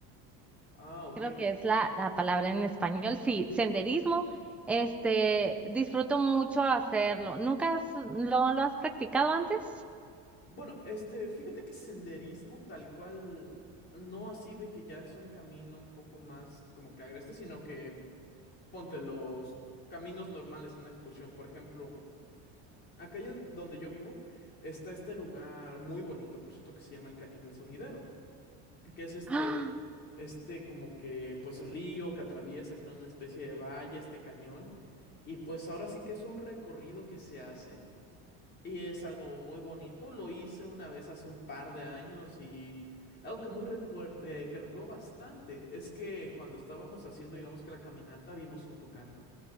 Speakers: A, on the left (about 30°); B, in the centre.
A: Ah, ok.
B: creo que es la, la palabra en español, sí, senderismo. Este, disfruto mucho hacerlo. ¿Nunca has- lo, lo has practicado antes?
A: Bueno, este, fíjate que senderismo tal cual, no así de que ya es un camino un poco más como que agreste, sino que ponte los caminos normales a una excursión. Por ejemplo, acá yo- donde yo vivo está este lugar muy bonito, por cierto, que se llama el Cañón del Sumidero, que es este,
B: <gasps> ¡Ah!
A: este como que pues río que atraviesa, crea una especie de valle, este cañón. Y pues ahora sí que es un recorrido que se hace. Y es algo muy bonito. Lo hice una vez hace un par de años y algo que muy recuer- eh, que recuerdo bastante es que cuando estábamos haciendo, digamos que la caminata, vimos un tucán.